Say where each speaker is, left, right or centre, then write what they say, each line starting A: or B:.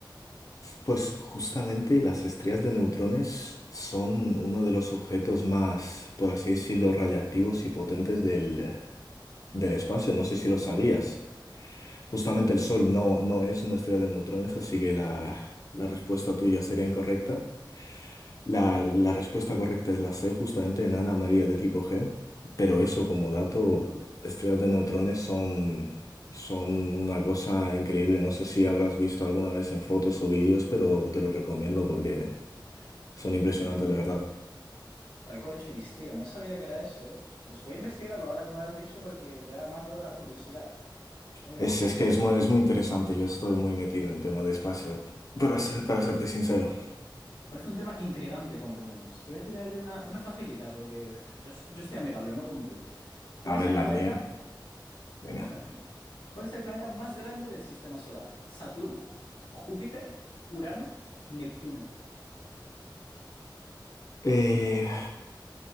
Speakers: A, on the left (about 45°); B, on the left (about 80°).
A: Pues justamente las estrellas de neutrones son uno de los objetos más, por así decirlo, radiactivos y potentes del, del espacio. No sé si lo sabías. Justamente el Sol no, no es una estrella de neutrones, así que la, la respuesta tuya sería incorrecta. La, la respuesta correcta es la C, justamente enana amarilla de tipo G. Pero eso como dato, estrellas de neutrones son, son una cosa increíble. No sé si habrás visto alguna vez en fotos o vídeos, pero te lo recomiendo porque son impresionantes, la verdad.
B: Recorcholis, tío, no sabía que era eso, ¿eh? Pues voy a investigarlo ahora que me lo has dicho porque ya me has dado la curiosidad. Pero mira,
A: Es, es
B: yo,
A: que
B: yo-
A: es
B: yo-
A: muy, es muy interesante. Yo estoy muy metido en temas de espacio, para ser- para serte sincero.
B: Parece un tema intrigante, cuanto menos. Te voy a tirar yo una, una facilita porque pff, yo, yo estoy amigable, no como tú. ¿Cuál
A: A ver,
B: es el
A: la
B: planeta?
A: mía. Venga.
B: Déjame, déjame. ¿Cuál es el planeta más grande del sistema solar? ¿Saturno? ¿Júpiter? ¿Urano? ¿Neptuno?
A: Eh,